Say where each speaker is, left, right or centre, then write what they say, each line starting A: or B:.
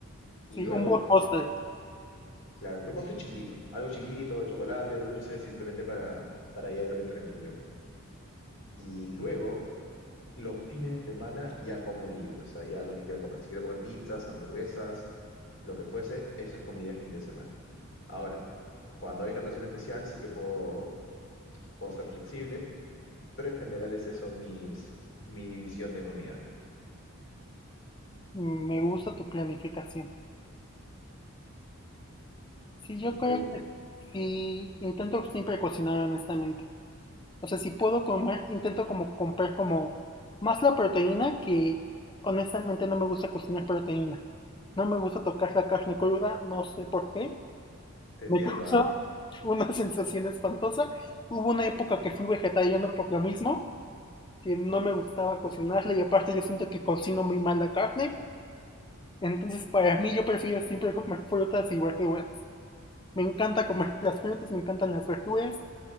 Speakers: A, on the left; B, on the left.
A: Y
B: Sí,
A: luego,
B: un buen postre.
A: claro, pero un postre chiquitito, algo chiquito, de chocolate, dulce, simplemente para, para ya irme tranquilo. Y luego los fines de semana ya como libre, o sea, ya lo que quiera comer. Si quiero comer pizzas, hamburguesas, lo que fuese, eso es comida de fin de semana. Ahora, cuando hay una ocasión especial, sí que puedo, puedo ser flexible, pero en general esas son mis, mi división de comida.
B: Mm, Me gusta tu planificación. Sí,
A: Y
B: yo
A: tú,
B: creo Y intento siempre cocinar honestamente. O sea, si puedo comer, intento como comprar como más la proteína que honestamente no me gusta cocinar proteína. No me gusta tocar la carne cruda, no sé por qué.
A: te entiendo,
B: Me <laughs> causa
A: ¿ah?
B: una sensación espantosa. Hubo una época que fui vegetariano por lo mismo, que no me gustaba cocinarla y aparte yo siento que cocino muy mal la carne. Entonces para mí yo prefiero siempre comer frutas y verduras. Me encanta comer las frutas, me encantan las verduras.